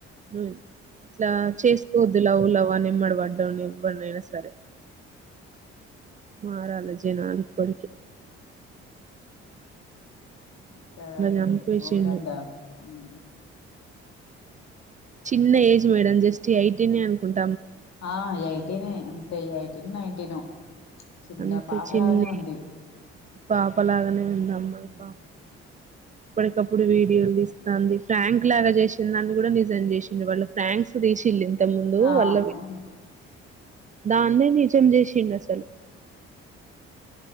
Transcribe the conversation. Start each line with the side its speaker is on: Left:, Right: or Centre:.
Right: నువ్ ఇట్లా చేసుకోవద్దు లవ్వు లవ్ అని నిమ్మడి పడ్డం ఎవ్వనైనా సరే మారాలి జనాప్పటికే
Left: అంతా అసలు
Right: చంపేసిండు
Left: ఘోరంగా అ
Right: చిన్న ఏజ్ మేడం జస్ట్ ఎయిటీని అనుకుంటు
Left: ఆ ఎయిటీన్ అంతే ఎయిటీన్ నైన్టీన్ చిన్న
Right: అంతే
Left: పాపలానే
Right: చిన్న
Left: ఉంది
Right: ఏజ్ పాపలాగానే ఉంది అమ్మా
Left: హ్మ్.
Right: పా ఇప్పటికప్పుడు వీడియోలు ఇస్తుంది ఫ్రాంక్ లాగా చేసిందిాని కూడా నిజం చేసింది వాళ్ళ ఫ్రాంక్స్ తీసిళ్ళింది ంత ముందు
Left: ఆ!
Right: వల్ల
Left: అవును.
Right: దాన్నే నిజం చేసిి నసెల్